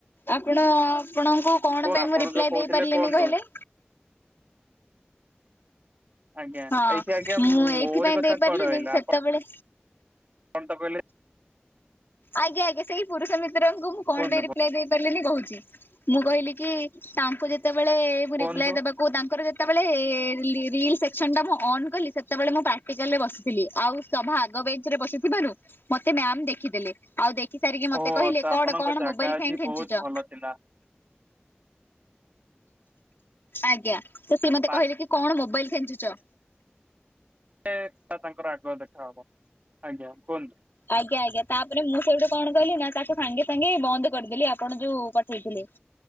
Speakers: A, on the left (about 65°); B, on the right (about 40°).
A: ଆପଣ ଆପଣଙ୍କୁ କଣ ପାଇଁ
B: ଆପଣ
A: ମୁଁ ରିପ୍ଲାଏ
B: ଯୋଉ କହୁଥିଲେ
A: ଦେଇପାରିଲିନି
B: କୁହନ୍ତୁ।
A: କହିଲେ?
B: ଆଜ୍ଞା
A: ହଁ
B: ଏଇଠି ଆଜ୍ଞା
A: ମୁଁ ଏଇଥିପାଇଁ
B: ମୋରି କଥା
A: ଦେଇପାରିଲିନି
B: କୁଆଡେ ଆଇଲା
A: ସେତେବେଳେ
B: ତ କହିଲେ
A: ଆଜ୍ଞା ଆଜ୍ଞା ସେଇ ପୁରୁଷ ମିତ୍ରଙ୍କୁ ମୁଁ କଣ
B: କୁହନ୍ତୁ
A: ପାଇଁ ରିପ୍ଲାଏ ଦେଇ ପାରିଲିନି କହୁଛି। ମୁଁ କହିଲି କି ତାଙ୍କୁ ଯେତେବେଳେ ଏ
B: କୁହନ୍ତୁ
A: ରିପ୍ଲାଏ ଦେବାକୁ ତାଙ୍କର ଯେ ସେତେବେଳେ ରିଲ ସେକ୍ସନ ଟା ମୁଁ ଅ କଲି ସେତେବେଳେ ମୁଁ ପ୍ରାକ୍ଟିକାଲରେ ବସିଥିଲି ଆଉ ସଭା ଆଗ ବିଚ୍ ରେ ବସିଥିବାରୁ ମତେ ମାମ୍ ଦେଖିଦେଲେ। ଆଉ ଦେଖି ସାରିକି ମତେ
B: ଓ
A: କହିଲେ
B: ତ
A: କଣ
B: ଆପଣଙ୍କ
A: କଣ
B: ଜାଗା
A: ମୋବାଇଲ
B: ଆଜି
A: କାଇଁ ଖେଞ୍ଚୁଚ?
B: ବହୁତ ଭଲ ଥିଲା।
A: ଆଜ୍ଞା ତ ସେ ମତେ
B: ପାଠ
A: କହିଲେ କି କଣ ମୋବାଇଲ ଖେଞ୍ଚୁଚ?
B: ସେ ତା ତାଙ୍କର ଆଗୁଆ ଦେଖାହବ। ଆଜ୍ଞା କୁହନ୍ତୁ।
A: ଆଜ୍ଞା ଆଜ୍ଞା ତାପରେ ମୁଁ ସେଠୁ କଣ କହିଲି ନା ସାଙ୍ଗେ ସାଙ୍ଗେ ବନ୍ଦ କରିଦେଲି ଆପଣ ଯୋଉ ପଠେଇଥିଲେ।